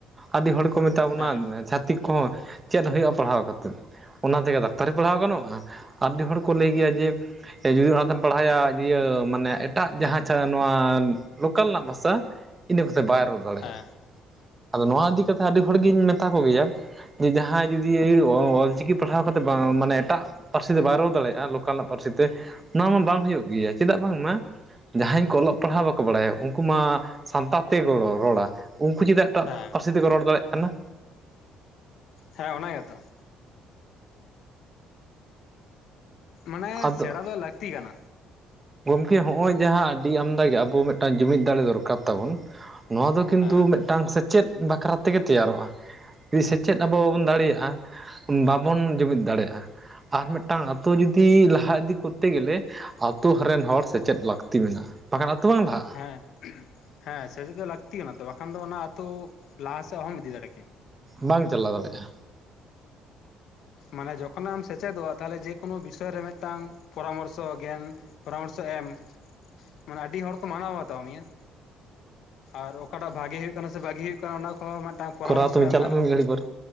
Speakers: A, on the right; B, on the left.
A: ᱟᱹᱰᱤ ᱦᱚᱲ ᱠᱚ ᱢᱮᱛᱟ ᱵᱚᱱᱟ
B: ᱦᱮᱸ
A: ᱪᱷᱟᱛ ᱷᱛᱤᱠ ᱠᱚᱦᱚᱸ ᱪᱮᱫ ᱦᱩᱭᱩᱜᱼᱟ ᱯᱟᱲᱦᱟᱣ ᱠᱟ ᱠᱟᱛᱮᱫ ᱚᱱᱟ ᱛᱮᱜᱮ ᱰᱟᱠᱛᱟᱨᱤ ᱯᱟᱲᱦᱟᱣ ᱜᱟᱱᱚᱜ ᱟᱸ ᱟᱰᱤ ᱦᱚᱲ ᱠᱚ ᱞᱟᱹᱭ ᱜᱮᱭᱟ ᱡᱮ ᱡᱩᱫᱤ ᱚᱱᱟᱛᱮᱢ ᱯᱟᱲᱦᱟᱭᱮᱭᱟ ᱤᱭᱟᱹ ᱢᱟᱱᱮ ᱮᱴᱟᱜ ᱡᱟᱦᱟᱸ ᱪᱷᱟᱲᱟ ᱱᱚᱣᱟ ᱞᱳᱠᱟᱞ ᱨᱮᱱᱟᱜ ᱵᱷᱟᱥᱟ ᱤᱱᱟᱹ ᱠᱟᱛᱮ ᱵᱟᱭ ᱨᱚᱲ ᱫᱟᱲᱮᱭᱟᱜ-ᱟ᱾
B: ᱦᱮᱸ
A: ᱟᱫᱚ ᱱᱚᱣᱟ ᱤᱫᱤ ᱠᱟᱛᱮᱜ ᱟᱹᱰᱤ ᱦᱚᱲ ᱜᱤᱧ ᱢᱮᱛᱟ ᱠᱚ ᱜᱮᱭᱟ᱾ ᱡᱮ ᱡᱟᱦᱟᱸᱭ ᱡᱩᱫᱤ ᱚ-ᱚᱞ ᱪᱤᱠᱤ ᱯᱟᱲᱦᱟᱣ ᱠᱟᱛᱮᱫ ᱵᱟᱝ ᱢᱟᱱᱮ ᱮᱴᱟᱜ ᱯᱟᱹᱨᱥᱤ ᱛᱮ ᱵᱟᱭ ᱨᱚᱲ ᱫᱟᱲᱮᱭᱟᱜᱼᱟ ᱞᱚᱠᱟᱞᱟᱜ ᱯᱟᱹᱨᱥᱤ ᱛᱮ ᱱᱚᱣᱟ ᱢᱟ ᱵᱟᱝ ᱦᱩᱭᱩᱜ ᱜᱮᱭᱟ ᱪᱮᱫᱟᱜ ᱵᱟᱝᱢᱟ ᱡᱟᱦᱟᱸᱭ ᱠᱚ ᱚᱞᱚᱜ ᱯᱟᱲᱦᱟᱣ ᱵᱟᱠᱚ ᱵᱟᱲᱟᱭᱟ ᱩᱱᱠᱩ ᱢᱟ ᱥᱟᱱᱛᱟᱲ ᱛᱮ ᱜᱚᱲᱚ ᱨᱚᱲᱟ ᱩᱱᱠᱩ ᱡᱩᱫ ᱴᱟᱠ
B: ᱦᱮᱸ
A: ᱯᱟᱨᱥᱤ ᱛᱮᱠᱚ ᱨᱚᱲ ᱫᱟᱲᱮᱜ ᱠᱟᱱᱟ᱾
B: ᱦᱮᱸ ᱚᱱᱟ ᱜᱮᱛᱚ ᱢᱟᱱᱮ
A: ᱟᱫᱚ
B: ᱥᱮᱬᱟ ᱫᱚ ᱞᱟᱹᱠᱛᱤ ᱠᱟᱱᱟ᱾
A: ᱜᱚᱢᱠᱮ ᱦᱚᱜᱼᱚᱭ ᱡᱟᱦᱟᱸ ᱟᱹᱰᱤ ᱟᱢᱫᱟ ᱜᱮ ᱟᱵᱚ ᱢᱤᱫᱴᱟᱱ ᱡᱩᱢᱤᱫ ᱫᱟᱲᱮ ᱫᱚᱨᱠᱟᱨ ᱛᱟᱵᱚᱱ᱾ ᱱᱚᱣᱟ ᱫᱚ ᱠᱤᱱᱛᱩ
B: ᱦᱮᱸ
A: ᱢᱤᱫᱴᱟᱝ ᱥᱮᱪᱮᱫ ᱵᱟᱠᱷᱨᱟ ᱛᱮᱜᱮ ᱛᱮᱭᱟᱨᱚᱜ-ᱟ᱾ ᱫᱤ ᱥᱮᱪᱮᱫ ᱟᱵᱚ ᱵᱟᱵᱚᱱ ᱫᱟᱲᱮᱭᱟᱜ-ᱟ ᱵᱟᱵᱚᱱ ᱡᱩᱢᱤᱫ ᱫᱟᱲᱮᱭᱟᱜ-ᱟ᱾ ᱟᱨ ᱢᱤᱫᱴᱟᱝ ᱟᱛᱩ ᱡᱩᱫᱤ ᱞᱟᱦᱟ ᱤᱫᱤ ᱠᱚᱨᱛᱮ ᱜᱮᱞᱮ ᱟᱛᱩ ᱨᱮᱱ ᱦᱚᱲ ᱥᱮᱪᱮᱫ ᱞᱟᱹᱠᱛᱤ ᱢᱮᱱᱟᱜ-ᱟ᱾ ᱵᱟᱠᱷᱟᱱ ᱟᱛᱩ ᱵᱟᱝ ᱞᱟᱦᱟᱜ-ᱟ᱾
B: ᱦᱮᱸ ᱦᱮᱸ ᱥᱮᱪᱮᱫ ᱫᱚ ᱞᱟᱹᱠᱛᱤ ᱠᱟᱱᱟ ᱛᱚ ᱵᱟᱠᱷᱟᱱ ᱫᱚ ᱚᱱᱟ ᱟᱛᱩ ᱞᱟᱦᱟ ᱥᱮᱫ ᱚᱦᱚᱢ ᱤᱫᱤ ᱫᱟᱲᱮ ᱠᱮᱭᱟ᱾
A: ᱵᱟᱝ ᱪᱟᱞᱟᱣ ᱫᱟᱲᱮᱭᱟᱜ-ᱟ᱾
B: ᱢᱟᱱᱮ ᱡᱚᱠᱷᱚᱱᱮᱢ ᱥᱮᱪᱮᱫᱚᱜ-ᱟ ᱛᱟᱦᱚᱞᱮ ᱡᱮᱠᱳᱱᱳ ᱵᱤᱥᱚᱭ ᱨᱮ ᱢᱤᱫᱴᱟᱝ ᱯᱚᱨᱟᱢᱚᱨᱥᱚ ᱜᱮᱭᱟᱱ᱾ ᱯᱚᱨᱟᱢᱚᱨᱥᱚ ᱮᱢ ᱢᱟᱱᱮ ᱟᱹᱰᱤ ᱦᱚᱲ ᱠᱚ ᱢᱟᱱᱟᱣ ᱵᱟᱛᱟᱣ ᱢᱮᱭᱟ᱾ ᱟᱨ ᱚᱠᱟᱴᱟᱜ ᱵᱷᱟᱜᱮ ᱦᱩᱭᱩᱜ ᱠᱟᱱᱟ ᱥᱮ ᱵᱟᱜᱤ ᱦᱩᱭᱩᱜ ᱠᱟᱱᱟ ᱚᱱᱟ ᱠᱚᱦᱚᱸ ᱢᱤᱫᱴᱟᱝ ᱯᱚᱨᱟᱢᱚᱨᱥᱚ
A: ᱠᱚᱨᱟᱣ ᱛᱚᱵᱮ
B: ᱮᱢ
A: ᱪᱟᱞᱟᱜ
B: ᱜᱟᱱᱚᱜ-ᱟ᱾
A: ᱢᱮ ᱢᱤᱫ ᱜᱷᱟᱹᱲᱤᱡ ᱯᱚᱨᱮ